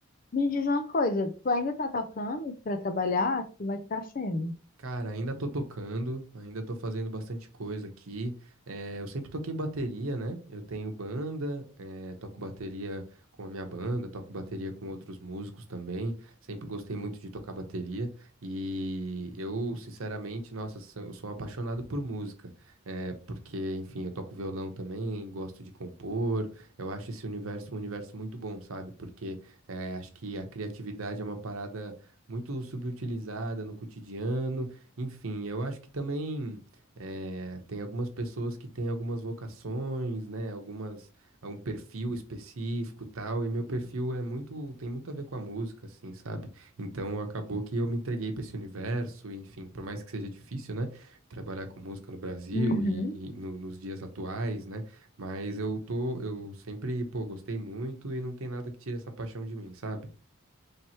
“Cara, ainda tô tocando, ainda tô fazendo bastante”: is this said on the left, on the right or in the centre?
Right